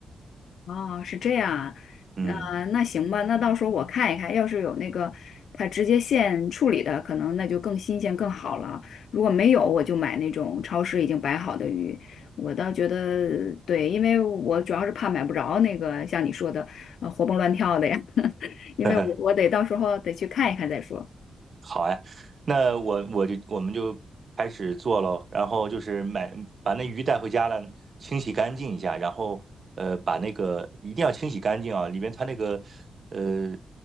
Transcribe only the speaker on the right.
嗯，
<laughs> 好哎，那我我就我们就开始做喽，然后就是买把那鱼带回家了，清洗干净一下，然后呃把那个一定要清洗干净啊，里边它那个呃